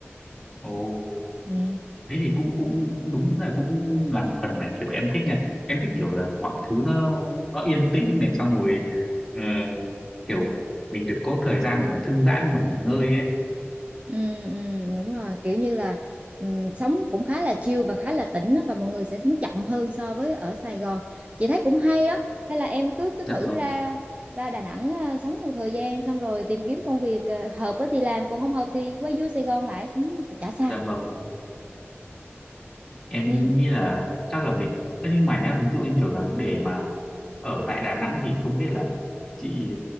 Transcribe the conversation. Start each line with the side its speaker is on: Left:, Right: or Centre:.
Centre: Ồ,
Right: ừ.
Centre: thế thì cũng cũng đúng là cũng là một phần mà kiểu em thích nha. Em thích kiểu là mọi thứ nó nó yên tĩnh này xong rồi ờ, kiểu mình được có thời gian để mà thư giãn mà nghỉ ngơi ấy.
Right: Ừ, ừ, đúng rồi kiểu như là ừ, sống cũng khá là chill và khá là tĩnh á, và mọi người sẽ sống chậm hơn so với ở Sài Gòn chị thấy cũng hay đó hay là em cứ cứ
Centre: Dạ
Right: thử
Centre: vâng,
Right: ra ra Đà Nẵng à, sống một thời gian xong rồi tìm kiếm công việc à, hợp á thì làm còn không hợp thì quay vô Sài Gòn lại cũng, cũng chả sao
Centre: dạ vâng. em
Right: ừ.
Centre: cũng nghĩ là chắc là mình Ơ nhưng mà nhá ví dụ như kiểu là để mà ở tại Đà Nẵng thì không biết là chị